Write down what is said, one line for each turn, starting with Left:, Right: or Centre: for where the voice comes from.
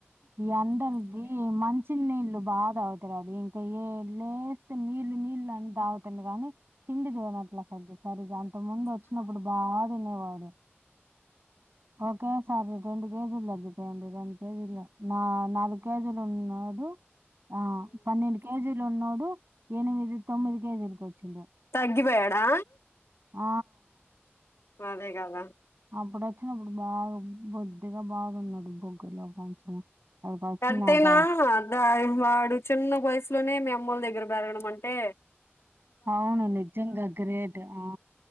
Right: ఈ ఎండల్కీ మంచి నీళ్ళు బాగవుతది ఇంక ఏడ్లేస్ తె నీళ్ళు నీళ్లు అని తాగుతుండు గాని తిండి దినమట్ల సగ్గ సరిగ్గ అంత ముందు వచ్చినప్పుడు బా ఆ దినేవాడు ఓకేస్ సారి రెండు కేజీలు తగ్గిపోయిండు రెండు కేజీలు నా నాలుగు కేజీలు ఉన్నాడు ఆ పన్నెండు కేజీలు ఉన్నోడు ఎనిమిది తొమ్మిది కేజీలకి ఒచ్చిండు
Left: తగ్గిపోయాడా
Right: ఆ
Left: అదే గదా
Right: అప్పుడు ఒచ్చినప్పుడు బాగ బొద్దుగ బాగున్నడు గొగ్గుర్లో కొంచెం అక్కడికి వచ్చినాక
Left: ఎట్టైనా గా వాడు చిన్న వయసులోనే మీ అమ్మోల దగ్గర బెరగడమంటే
Right: అవును నిజంగ గ్రేట్ ఆ